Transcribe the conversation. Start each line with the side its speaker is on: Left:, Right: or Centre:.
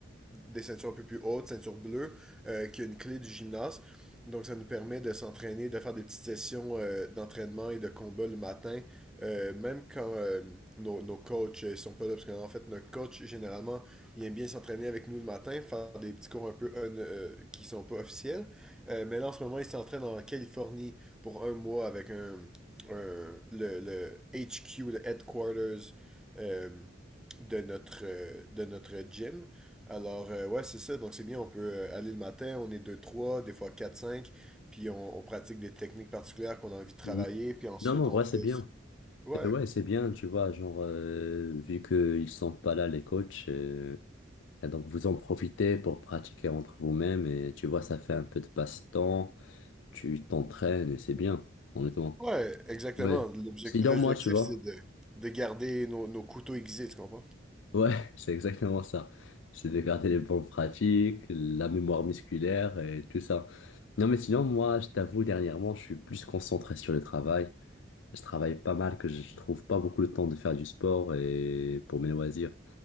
Centre: des ceintures un peu plus hautes, ceinture bleue, euh, qui a une clé du gymnase. Donc, ça nous permet de s'entraîner, de faire des petites sessions euh, d'entraînement et de combat le matin, euh, même quand euh, nos, nos coachs ne sont pas là. Parce qu'en fait, notre coach, généralement, il aime bien s'entraîner avec nous le matin, faire des petits cours un peu qui qui ne sont pas officiels. Euh, mais là, en ce moment, il s'entraîne en Californie pour un mois avec un, un- le, le HQ, le headquarters euh, de, notre, euh, de notre gym. Alors, euh, ouais, c'est ça. Donc, c'est bien, on peut euh, aller le matin, on est deux trois des fois quatre cinq puis on, on pratique des techniques particulières qu'on a envie de travailler,
Left: Mhm.
Centre: puis ensuite
Left: Non, mais en
Centre: on
Left: vrai,
Centre: fait...
Left: c'est bien.
Centre: Ouais,
Left: Et ouais, c'est bien, tu vois, genre, euh, vu qu'ils sont pas là, les coachs, euh, et donc vous en profitez pour pratiquer entre vous-même et tu vois, ça fait un peu de passe-temps, tu t'entraînes et c'est bien, honnêtement.
Centre: ouais, exactement.
Left: Ouais.
Centre: L'objec-
Left: Sinon,
Centre: L'objectif,
Left: moi, tu vois.
Centre: c'est de, de garder nos, nos couteaux aiguisés, tu comprends?
Left: Ouais, <laughs> c'est exactement ça. C'est de garder les bonnes pratiques, la mémoire musculaire et tout ça. Non, mais sinon, moi, je t'avoue, dernièrement, je suis plus concentré sur le travail. Je travaille pas mal, que je trouve pas beaucoup de temps de faire du sport et pour mes loisirs.